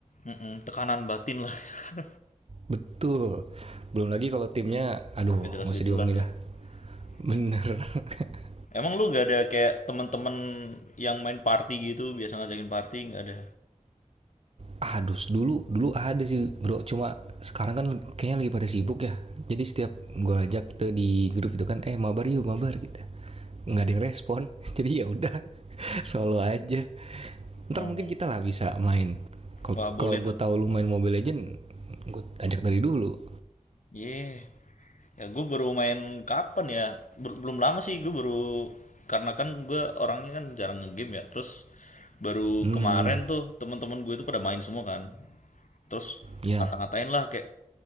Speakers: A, on the left; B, on the right.
A: Mm-mm, tekanan batin lah. <laughs>
B: betul belum lagi kalau timnya
A: Mm,
B: aduh
A: Gak jelas
B: nggak usah
A: gak jelas
B: diomongin
A: ya.
B: lah bener
A: Iya.
B: <laughs>
A: Emang lu gak ada kayak temen-temen yang main party gitu, biasa ngajakin party nggak ada?
B: Aduh, dulu dulu ada sih bro, cuma sekarang kan kayaknya lagi pada sibuk ya. Jadi setiap gua ajak gitu di grup itu kan, eh mabar yuk mabar gitu. Nggak ada yang respon, <laughs> jadi ya udah <laughs> solo aja. Ntar
A: Oh,
B: mungkin kita lah bisa main. Kalau-
A: wah boleh
B: Kalau gue
A: tuh.
B: tahu lu main Mobile Legend, gue ajak dari dulu.
A: Yeah. Ya gue baru main kapan ya? Ber- belum lama sih gue baru karena kan gue orangnya kan jarang ngegame ya. Terus baru
B: Hmm,
A: kemarin tuh teman-teman gue itu pada main semua kan. Terus
B: ya.
A: ngata-ngatain lah kayak